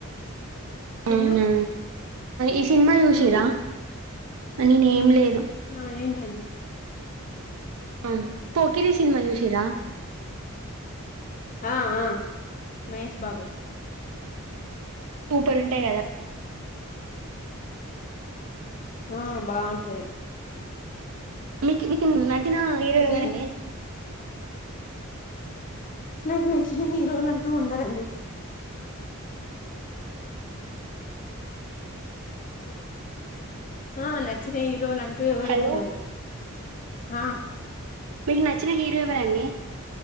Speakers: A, on the left; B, on the right.
A: తిన్నా
B: అవునా ఈ సినిమా చూసీరా
A: నువ్వు
B: నేనేం లేద్
A: ఆ ఏంటదీ
B: ఆ పోకిరి సినిమా చూసిరా
A: ఆ ఆ మహేష్ బాబు
B: సూపర్ ఉంటాయి కదా
A: ఆ బాగుంటది
B: మీకి మీకు న చ్చిన హీరో ఎవరనే
A: రీ నాకు నచ్చిన హీరోలు అంటూ ఉండరండి ఆ నచ్చిన హీరోళంట ఎవరు
B: హలో
A: ఉండరు హా
B: మీకు నచ్చిన హీరో ఎవరండి